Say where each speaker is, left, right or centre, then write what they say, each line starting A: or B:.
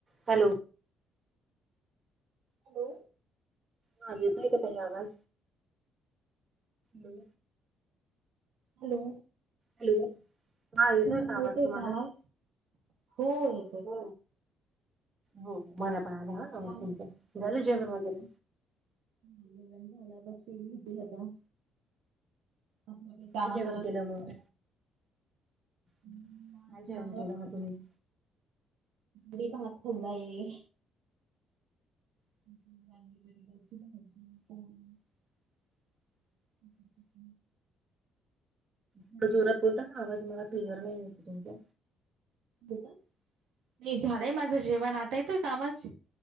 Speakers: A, on the right (about 40°); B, on the right (about 75°).
A: Hello!
B: Hello!
A: हा येतोय का ताई आवाज,? हो.
B: हॅलो!
A: हॅलो! हा
B: तुम्हाला
A: आवाज
B: येतोय
A: तुम्हाला
B: का आवाज? होय.
A: हो, हो मला पण आला हा आवाज
B: काय म्हणता
A: तुमचा, झालं जेवण वगैरे?
B: जेवण झाल झालं आता फिरून होतिल आता. आपली आपली कामं
A: काय जेवण
B: करत.
A: केलं मग? काय
B: माझ
A: जेवण केलं मग तुम्ही?
B: मी भात खाल्लाये. कोण <unintelligible>
A: थोडं जोरात बोलता का? आवाज मला क्लीअर नाही येत तुमचा.
B: होका, नाही झालंय माझं जेवण, आता येतोय का आवाज?